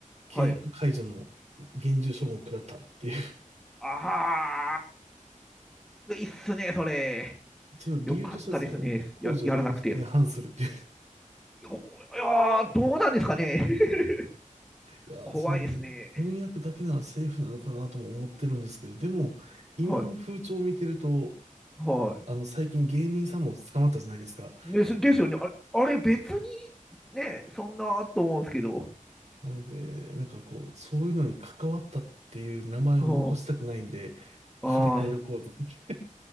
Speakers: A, on the right; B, in the centre.
A: 契約解除の厳重処分を食らったっていう。
B: はい。ああ、いいっすね、それ。
A: 一応理由としては、
B: よかったですね。
A: その、公序良俗に反するって
B: や、やらなくて。おいやー、どうなんですかね。<laughs>
A: いや、
B: 怖いですね。
A: その、翻訳だけならセーフなのかなとも思ってるんですけど、でも、今の風潮を見てると、
B: はい。はい。
A: あの、最近芸人さんも捕まったじゃないですか。
B: ですですよね。あれ、あれ別にね、そんなと思うんですけど。
A: なので、なんかこう、そういうのに関わったっていう名前を残したくないんで、
B: うん、
A: 触れないでおこうと。
B: ああ、
A: <laughs> い